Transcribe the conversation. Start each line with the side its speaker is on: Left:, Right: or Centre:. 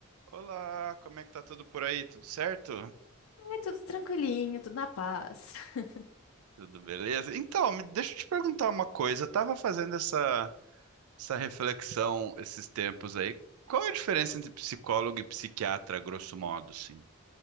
Right: Olá, como é que tá tudo por aí? Tudo certo?
Left: É tudo tranquilinho, tudo na paz. <laughs>
Right: Tudo beleza? Então, me- deixa eu te perguntar uma coisa. Eu tava fazendo essa, essa reflexão esses tempos aí. Qual é a diferença entre psicólogo e psiquiatra, grosso modo, sim?